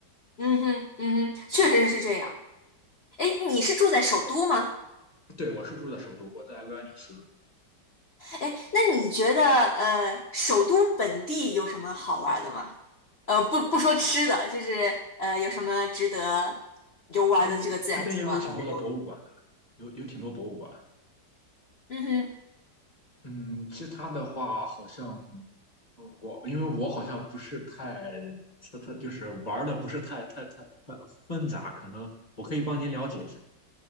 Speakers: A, on the left; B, on the left.
A: 嗯哼嗯哼，确实是这样。哎，你是住在首都吗？
B: 对，我是住在首都，我在维尔纽斯。
A: 哎，那你觉得呃，首都本地有什么好玩的吗？呃，不不说吃的，就是呃，有什么值得游玩的这个自然景观和人文景观？
B: 这有这边也有挺多的博物馆的，有有挺多博物馆。
A: 嗯哼，
B: 嗯，其他的话好像呃我因为我好像不是太，他他就是玩的不是太太太太纷杂，可能我可以帮您了解一下。